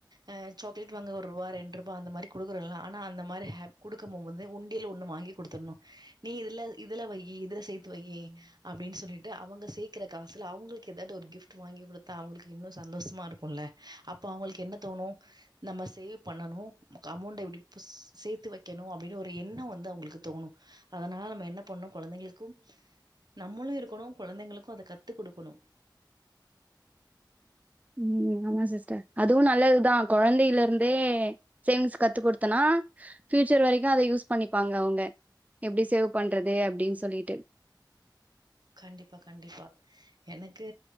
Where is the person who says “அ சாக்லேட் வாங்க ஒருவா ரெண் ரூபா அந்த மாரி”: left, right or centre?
Right